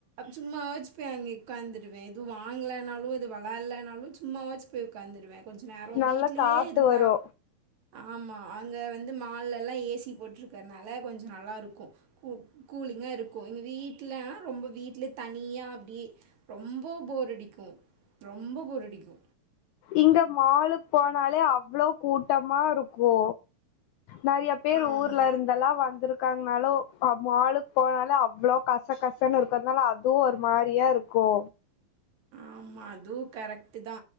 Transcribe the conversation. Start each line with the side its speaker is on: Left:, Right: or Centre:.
Right: சும்மாவாச்சு போய் அங்க உக்காந்துருவ எதுவு வாங்கலனாலு எது வெளாட்லனாலு சும்மாவாச்சு போய் உக்காந்துருவ கொஞ்ச நேரோ
Left: நல்ல
Right: வீட்லயே
Left: காத்து
Right: இருந்தா
Left: வரு
Right: ஆமா அங்க வந்து மால்லல்லா ஏசி போட்ருக்கனால கொஞ்சோ நல்லா இருக்கு கூ கூலிங்கா இருக்கு இங்க வீட் ட்டுல ரொம்ப வீட்ல தனியா அப்டி ரொம்ப போர் அடிக்கு ரொம்ப போரடிக்கு
Left: இங்க மாலுக் போனாலே அவ்ளோ கூட்டமாருக்கு நறைய பேர்
Right: ஆமா
Left: ஊர்லருந் லல்லா வந்திருக்காங்கனாலு மாலுக் போனாலு அவ்ளோ கச கசன்னு இருக்கிறதுனால துவு ஒரு மாரியா இருக்கு
Right: ஆமா அதுவு கரெக்ட் தா